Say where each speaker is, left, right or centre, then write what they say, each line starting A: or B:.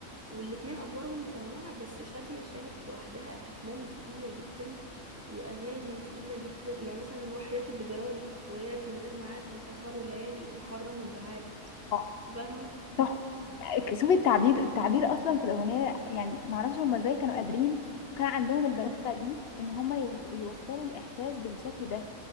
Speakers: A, on the right; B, on the left.
A: والاتنين ادوارهم متنوعة بس شادية شالت لوحدها افلام تقيلة جدا واغاني تقيلة جدا يعني مثلا وحياة اللي جرالي وياك من غير ميعاد لا سهروا الليالي وحرموا البعاد
B: آه.
A: فانت فاهمة
B: تحفة شوفي التعبير التعبير أصلا في الأغنية يعني معرفش هما إزاي كانوا قادرين وكان عندهم البلاغة دي إن هما يو- يوصلوا الإحساس بالشكل ده